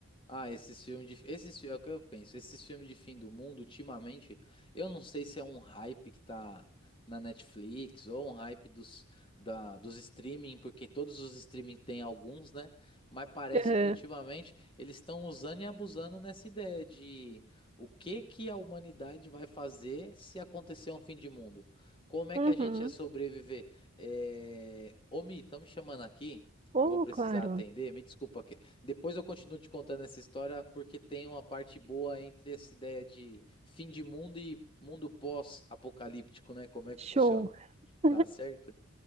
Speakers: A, on the left; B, on the right.
A: Ah, esses filmes de. Esses, fi- é o que eu penso. Esses filmes de fim do mundo, ultimamente, eu não sei se é um hype que tá na Netflix ou um hype dos, da, dos streaming, porque todos os streaming têm alguns, né? Mas parece
B: Aham.
A: que ultimamente eles estão usando e abusando nessa ideia de o que que a humanidade vai fazer se acontecer um fim de mundo? Como é
B: Uhum.
A: que a gente ia sobreviver? É... Ô, Mi, estão me chamando aqui.
B: Oh,
A: Eu vou precisar
B: claro.
A: atender. Me desculpa depois eu continuo te contando essa história porque tem uma parte boa entre essa ideia de fim de mundo e mundo pós-apocalíptico, né? Como é que
B: Show.
A: funciona?
B: <laughs>
A: Tá certo?